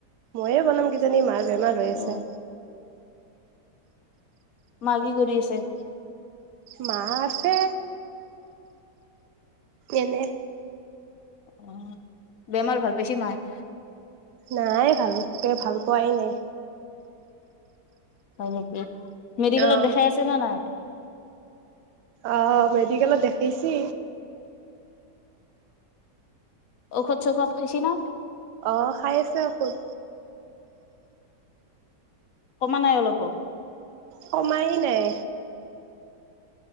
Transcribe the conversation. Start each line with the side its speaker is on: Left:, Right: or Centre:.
Right: ময়ে বনাম কিজানি মাৰ বেমাৰ হৈ আছে।
Left: অ মা কৰি আছে?
Right: মা আছে। এনে।
Left: অ', বেমাৰ ভাল পাইছি মায়ে?
Right: নাই ভালকে ভাল পোৱাই নাই।
Left: হয়, নেকি মেডিকেলত
Right: অ',
Left: দেখাই আছে নে নাই?
Right: অ', মেডিকেলত দেখাইছি?
Left: ঔষধ-চৌখত খাইছি নে?
Right: অ', খাই আছে ঔষধ।
Left: ক'মা নাই অলপো?
Right: কমায়েই নাই।